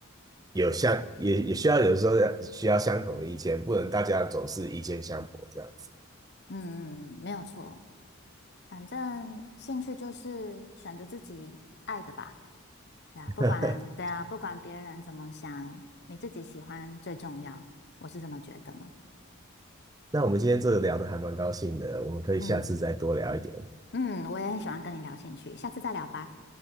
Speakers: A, on the right (about 15°); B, on the left (about 50°).
A: 有相也也需要有的时候要需要相同的意见，不能大家总是意见相悖这样子。
B: 嗯嗯，嗯没有错。反正兴趣就是选择自己爱的吧，对啊，不管，
A: <laughs>
B: 对啊，不管别人怎么想，你自己喜欢最重要，我是这么觉得呢。
A: 那我们今天这个聊得还蛮高兴的，我们可以下次再多聊一点。
B: 嗯嗯，我也很喜欢跟你聊兴趣，下次再聊吧，